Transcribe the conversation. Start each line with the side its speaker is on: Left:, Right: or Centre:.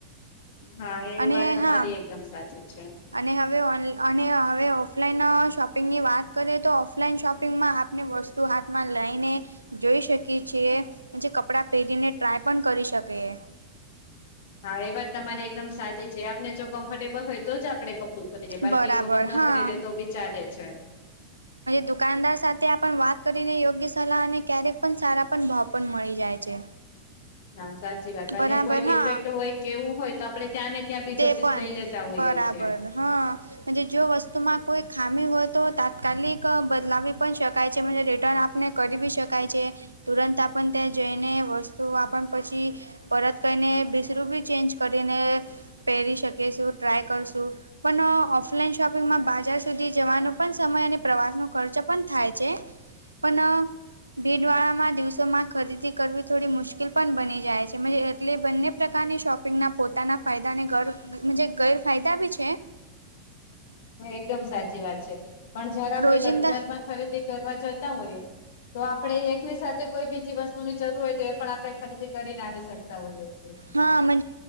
Left: હા એ
Right: અને
Left: વાત તમારી
Right: હા
Left: એકદમ સાચી છે.
Right: અને હવે અને હવે ઓફલાઈન શોપિંગની વાત કરીએ તો ઓફલાઈન શોપિંગમાં આપ ને વસ્તુ હાથમાં લઈને જોઈ શકીએ છીએ જે કપડાં પહેરીને ટ્રાય પણ કરી શકેએ.
Left: હા એ વાત તમારી એકદમ સાચી છે આપને જો કમ્ફર્ટેબલ હોય તો જ આપડે કપડું ખરીદીએ બાકી
Right: બરાબર
Left: એ કપડું
Right: હા
Left: ન ખરીદે તો બી ચાલે છે.
Right: દુકાનદાર સાથે આપ વાત કરીને યોગ્ય સલાહ અને ક્યારેક પણ સારા પણ ભાવ પણ મળી જાય છે.
Left: હા સાચી વાત
Right: બરાબર
Left: અને કોઈ ડિફેક્ટ
Right: હા
Left: હોય કેવું હોય તો આપડણે ત્યાં ને ત્યાં બીજો
Right: તે પણ
Left: પીસ લઈ લેતા હોઈએ
Right: બરાબર
Left: છીએ.
Right: હા. જો વસ્તુમાં કોઈ ખામી હોય તો તાત્કાલિક બદલાવી પણ શકાય છે રિટર્ન આપને કરીવી શકાય છે તુરંત આપણ ત્યાં જઈને વસ્તુઓ આપણ પછી પરત કહીને બીજરૂ બી ચેન્જ કરીને પહેરી શકીશું ટ્રાય કરશું પણ ઓફલાઈન શોપિંગમાં બજાર સુધી જવાનો પણ સમય અને પ્રવાસનો ખર્ચ પણ થાય છે. પણ ભીડ વાળામાં દિવસોમાં ખરીદી કરવી થોડી મુશ્કેલ પણ બની જાય છે. જે એટલે બંને પ્રકારની શોપિંગના પોતાના ફાયદાને ગર ગેરફાયદા બી છે.
Left: એકદમ સાચી વાત છે પણ જયારે આપડે
Right: રોજિંદા
Left: બજારમાં ખરીદી કરવા જતા હોયએ તો આપડે એકની સાથે કોઈ બીજી વસ્તુ ની જરૂર હોય તો એ પણ આપણે ખરીદી કરીને આવી શકતા હોઈએ છીએ.
Right: હા